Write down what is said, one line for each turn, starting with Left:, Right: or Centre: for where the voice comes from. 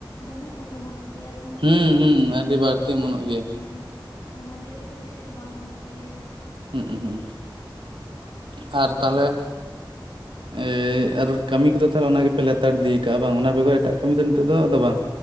Left: ᱫᱚᱢᱮ ᱩᱫ ᱚᱢᱚᱱᱚᱜ ᱜᱮᱭᱟ ᱠᱤᱱᱛᱩ
Right: ᱦᱩᱸ
Left: ᱟᱞᱮ
Right: ᱦᱩᱸ
Left: ᱡᱟᱦᱟᱸ
Right: ᱟᱹᱰᱤ
Left: ᱵᱤᱨ
Right: ᱵᱟᱹᱲᱛᱤ
Left: ᱨᱮ ᱢᱮᱱᱟᱜ
Right: ᱚᱢᱚᱱᱚᱜ
Left: ᱞᱮ
Right: ᱜᱮᱭᱟ
Left: <unintelligible> ᱦᱮᱸ ᱚᱱᱟ ᱵᱤᱨ ᱨᱮᱫᱚ ᱵᱮᱥᱤ ᱫᱚ ᱵᱟᱝ ᱚᱢᱚᱱᱚᱜ ᱜᱮᱭᱟ
Right: ᱦᱩᱸ <inaudible> ᱟᱨ ᱛᱟᱦᱚᱞᱮ ᱮᱸ ᱟᱨ ᱠᱟᱹᱢᱤ ᱠᱚᱫᱚ ᱛᱚ ᱚᱱᱟ ᱜᱮᱯᱮ ᱞᱮᱛᱟᱲ ᱤᱫᱤ ᱟᱠᱟᱜᱼᱟ ᱵᱟᱝ ᱚᱱᱟ ᱵᱮᱜᱚᱨ ᱮᱴᱟᱜ ᱠᱟᱹᱢᱤ ᱫᱚ ᱱᱤᱛᱚᱜ ᱫᱚ ᱵᱟᱝ